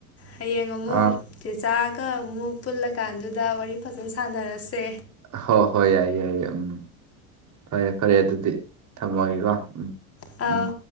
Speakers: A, on the left (about 35°); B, on the right (about 45°).
A: ꯍꯌꯦꯡ ꯑꯃꯨꯛ
B: ꯑꯥ
A: ꯆꯦꯆꯥꯥꯛꯒ ꯑꯃꯨꯛ ꯄꯨꯜꯂꯀꯥꯟꯗꯨꯗ ꯋꯥꯔꯤ ꯐꯖꯅ ꯁꯥꯟꯅꯔꯁꯦ
B: ꯍꯣ ꯍꯣꯏ ꯌꯥꯏꯌꯦ ꯌꯥꯏꯌꯦ ꯎꯝ ꯐꯔꯦ ꯐꯔꯦ ꯑꯗꯨꯗꯤ ꯊꯝꯃꯒꯦꯀꯣ ꯎꯝ
A: ꯑꯥ
B: ꯎꯝ